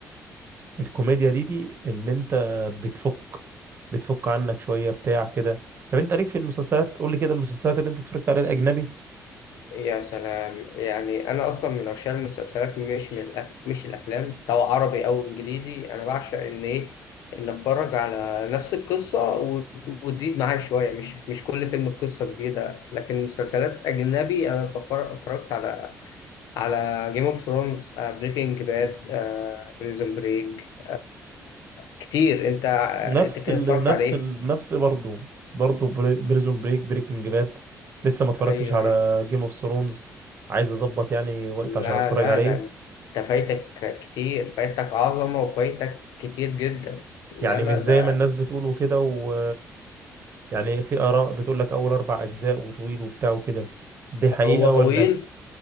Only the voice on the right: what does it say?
الكوميديا دي دي ان انت بتفك بتفك عنك شويه بتاع كده طب انت ليك في المسلسلات قول لي كده المسلسلات اللي انت اتفرجت عليها الاجنبي
نفس
ال...
نفس
ال... نفس برضه برضه بريزون بريك بريكنج باد لسه ما اتفرجتش
على جيم اوف ثرونز عايز اظبط يعني وقت عشان
اتفرج
عليه
يعني
مش زي
ما الناس بتقول وكده و... يعني في آراء بتقول لك أول أربع أجزاء وطويل وبتاع وكده دي حقيقة
ولا